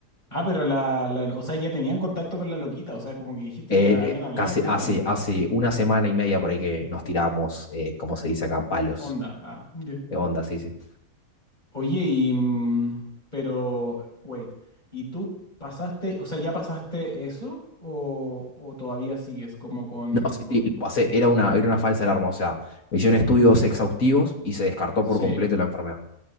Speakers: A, on the left; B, on the left.
A: Ah, pero la, la, o sea, ya tenían contacto con la loquita, o sea, como que dijiste
B: Eh,
A: que habían
B: eh,
A: hablado,
B: casi,
A: pero no
B: hace,
A: tanto.
B: hace una semana y media por ahí que nos tiramos, eh, como se dice acá, palos.
A: Onda, ah, ya.
B: De onda, sí, sí.
A: Oye, y, mm, pero, wait, ¿y tú pasaste, o sea, ya pasaste eso o, o todavía sigues como con,
B: No, sí,
A: con...
B: sí, lo pasé, era una, era una falsa alarma, o sea, me hicieron estudios exhaustivos y se descartó
A: Sí,
B: por completo la enfermedad.